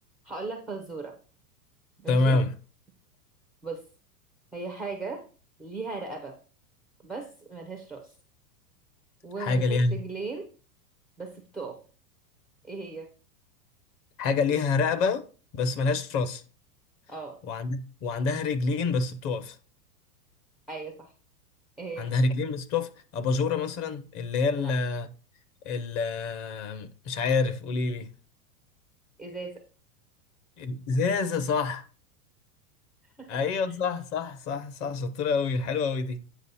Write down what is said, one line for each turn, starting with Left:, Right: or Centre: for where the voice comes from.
Centre: هقول لك فزورة ماشي
Left: تمام
Centre: بص هي حاجة ليها رقبة بس ملهاش راس وملهاش
Left: حاجة ليها
Centre: رجلين بس بتقف ايه هي
Left: حاجة ليها رقبة بس ملهاش راس
Centre: اه
Left: وعندها وعندها رجلين بس بتقف
Centre: ايوه صح ايه
Left: عندها
Centre: هي
Left: رجلين بس بتقف أباجورة مثلا اللي هي ال...
Centre: لا
Left: ال... مش عارف قولي لي
Centre: ازازة
Left: الإزازة صح
Centre: <laughs>
Left: أيوة صح صح صح صح شطورة أوي حلوة أوي دي